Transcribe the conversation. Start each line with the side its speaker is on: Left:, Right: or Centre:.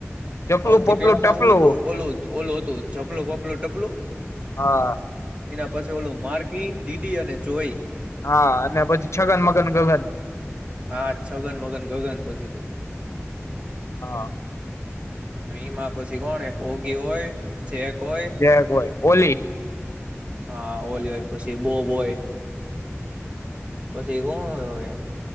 Left: ચપલું
Right: આવતી.
Left: પપલું
Right: પેલા
Left: ટપલું
Right: માં શું હતું? ઓલો હતું. ઓલો હતો. ચપલો, પપલો, ટપલો.
Left: હા.
Right: એના પછી ઓલું માર્કી ડીડી અને જોઈ.
Left: હા, અને પછી છગન, મગન, ગગન.
Right: હા, છગન, મગન, ગગન પછી તો
Left: હા.
Right: એમાં પછી કોણ એક યોગી હોય? છે કોઈ
Left: જે હોય ઓલી.
Right: હા. ગોલી હોય, પછી બોબ હોય. પછી કોણ હોય એમ?